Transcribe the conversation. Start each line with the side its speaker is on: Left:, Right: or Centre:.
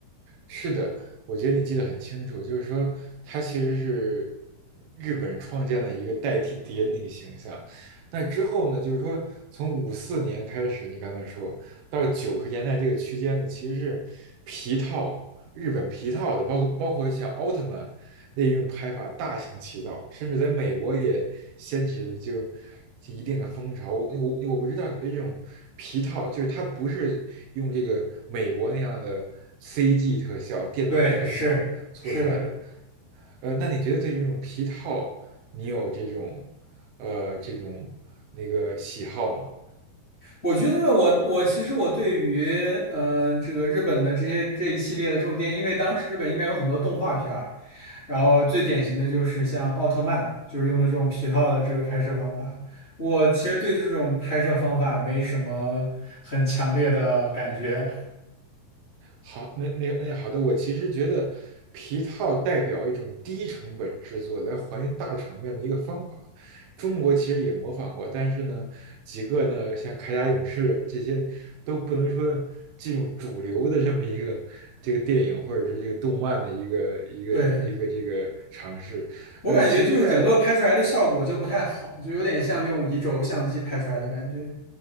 Right: 是的，我觉得你记得很清楚，就是说它其实是日本创建了一个代替敌人的一个形象。那之后呢，就是说从五四年开始，你刚才说到九十年代这个区间呢，其实是皮套日本皮套的，包括包括像奥特曼那种拍法大行其道，甚至在美国也掀起了就就一定的风潮。我我我不知道你对这种皮套，就是它不是用这个美国那样的 CG 特效、电脑特效做出来的，
Left: 对，是是的，
Right: 呃，那你觉得对这种皮套，你有这种呃这种那个喜好吗？
Left: 我觉得我我其实我对于呃这个日本的这些这一系列的这种电影，因为当时日本应该有很多动画片儿，然后最典型的就是像奥特曼，就是用的这种皮套的这个拍摄方法。我其实对这种拍摄方法没什么很强烈的感觉，
Right: 好，那那那好的，我其实觉得皮套代表一种低成本制作来还原大场面的一个方法。中国其实也模仿过，但是呢，几个呢像铠甲勇士这些都不能说进入主流的这么一个这个电影或者是这个动漫的一个一个一个这个尝试。
Left: 对 <laughs>。我感觉就是整个拍出来的效果就不太好，
Right: 呃，其实在，
Left: 就有点像用移轴相机拍出来的感觉。